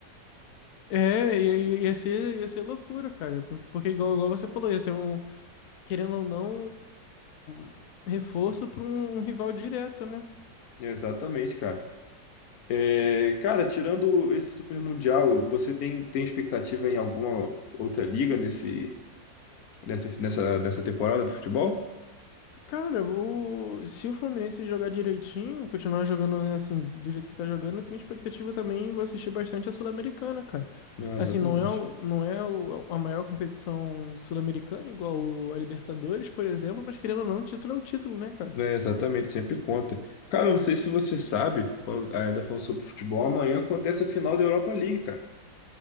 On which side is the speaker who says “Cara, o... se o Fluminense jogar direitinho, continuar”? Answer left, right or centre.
Left